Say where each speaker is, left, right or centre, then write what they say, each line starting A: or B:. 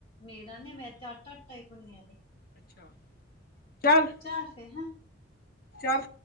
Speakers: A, on the left (about 30°); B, on the left (about 50°).
A: ਮੇਰਾ ਨੇ, ਮੈਂ ਤੇ ਆਟਾ-ਆਟਾ <unintelligible> ਈ ਗੁੰਨਿਆਂ ਦਈ।
B: ਅੱਛਾ, ਚੱਲ।
A: ਚਲ ਫੇਰ ਹਂ।
B: ਚੱਲ।